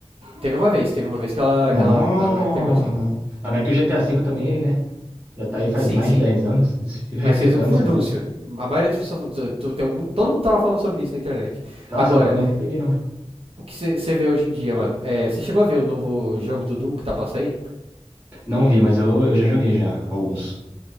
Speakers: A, on the right; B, on the right.
A: Teve uma vez, teve uma vez que ela,
B: Nossa.
A: que ela, ela entregou, assim.
B: Ah, mas que o GTA V também, né? Já tá aí faz
A: Sim,
B: mais
A: sim.
B: de 10 anos. Isso fica
A: Mas
B: reciclando
A: fez um furdúncio.
B: esse negócio.
A: A maioria das pessoas. do- tem mu- Todo mundo tava falando sobre isso na internet.
B: Nossa,
A: Agora,
B: eu não, eu não peguei, não.
A: o que você vê hoje em dia, mano? é, Você chegou a ver o novo jogo do Doom que tá pra sair?
B: Não vi, mas eu, eu já joguei já, alguns.